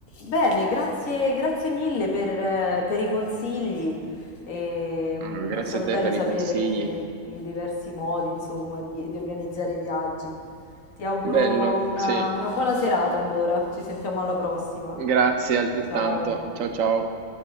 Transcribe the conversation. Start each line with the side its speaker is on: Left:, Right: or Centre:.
Left: bene, grazie, grazie mille per, eh, per i consigli. Ehm,
Right: Mm, Grazie
Left: è stato
Right: a te
Left: bello
Right: per
Left: sapere
Right: i consigli.
Left: i diversi modi, insomma, di, di organizzare i viaggi. Ti auguro
Right: Bello,
Left: una
Right: sì.
Left: una buona serata allora, ci sentiamo alla prossima.
Right: Grazie altrettanto.
Left: Ciao.
Right: Ciao ciao.